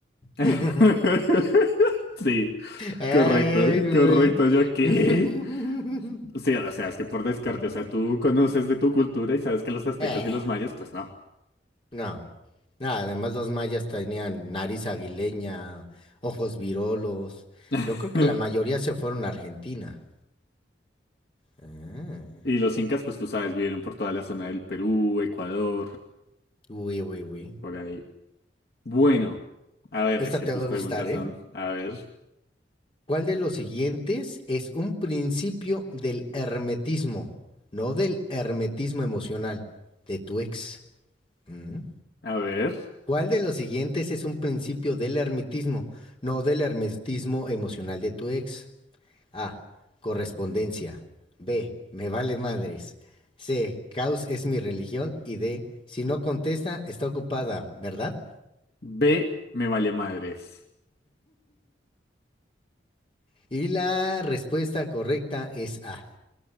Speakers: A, on the left (about 55°); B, on the left (about 30°).
A: <laughs>
B: <laughs>
A: Sí,
B: Ay,
A: correcto,
B: ay, güey.
A: correcto. ¿Yo qué?
B: <laughs>
A: Sí, o sea, es que por descarte,
B: Sí.
A: o sea, tú conoces de tu cultura y sabes que los aztecas
B: Eh,
A: y los mayas, pues no.
B: no. No, además los mayas tenían nariz aguileña, ojos virolos.
A: <laughs>
B: Yo creo que la mayoría se fueron a Argentina. Ah.
A: Y los incas, pues tú sabes, vivieron por toda la zona del Perú, Ecuador,
B: Uy, uy, uy.
A: por ahí. Bueno, a ver,
B: Esta
A: es que
B: te
A: tus
B: va a
A: preguntas
B: gustar, ¿eh?
A: son, a ver,
B: ¿Cuál de los siguientes es un principio del hermetismo? No del hermetismo emocional, de tu ex. ¿Mm?
A: a ver.
B: ¿Cuál de los siguientes es un principio del hermetismo? No del hermetismo emocional de tu ex. A. Correspondencia. B. Me vale madres. C. Caos es mi religión. Y D. Si no contesta, está ocupada, ¿verdad?
A: B, me vale madres.
B: Y la respuesta correcta es A.